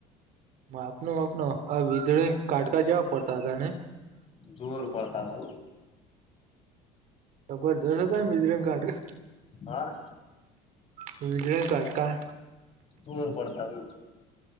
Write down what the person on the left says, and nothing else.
જોર પડતા હતા. હ..
હા..
તુવર પડતારુ